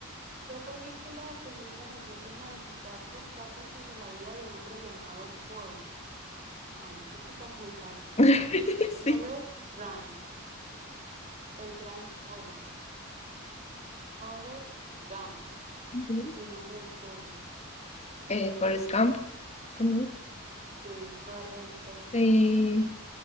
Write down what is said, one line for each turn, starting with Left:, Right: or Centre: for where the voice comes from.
Right: ¿Qué película de 1994 trata sobre la vida de un hombre llamado Forrest? Ay, yo creo que esta es muy fácil.
Left: <laughs>
Right: Ah, Forrest
Left: Sí.
Right: Run, el gran Forrest. Forrest Gump.
Left: Ujú.
Right: Mi nombre es Forrest.
Left: Eh, Forrest Gump. Ujú.
Right: Sí, correcto.
Left: Sí.